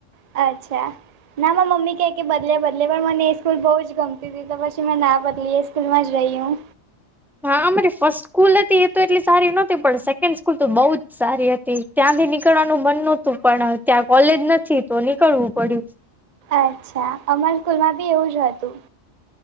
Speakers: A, on the right (about 45°); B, in the centre.
A: અચ્છા, ના, મારી મમ્મી કે બદલે બદલે પણ, મને એ સ્કૂલ બહુ જ ગમતી તી તો પછી મેના બદલી. સ્કૂલમાં જ રહી હું.
B: હા અમારી ફર્સ્ટ સ્કૂલ હતી, એતો એટલી સારી નતી, પણ સેકન્ડ સ્કૂલ તો બઉ જ સારી હતી. ત્યાંથી નીકળવાનું મન નોતું, પણ ત્યાં કોલેજ નથી તો નીકળવું પડ્યું.
A: અચ્છા, અમારી સ્કૂલમાં ભી એવું જ હતું.